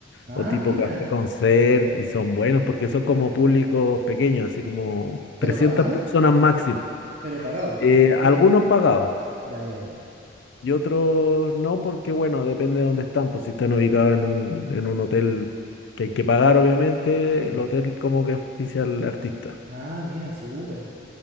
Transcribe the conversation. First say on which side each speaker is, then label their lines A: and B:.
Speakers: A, on the right; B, on the left.
A: Ah,
B: o tipo
A: mira.
B: café concert, y son buenos porque son como públicos pequeños, así como
A: ¿Pero
B: 300
A: pagado?
B: personas máximo.
A: ¿Pero pagado? ¿Como
B: Eh,
A: concierto?
B: algunos pagados.
A: Ya, ya, ya.
B: y otros no, porque bueno, depende de dónde están, pues si están ubicados en un, en un hotel que hay que pagar, obviamente,
A: Sí, pues.
B: el hotel como que auspicia al artista.
A: Ah, mira, súper.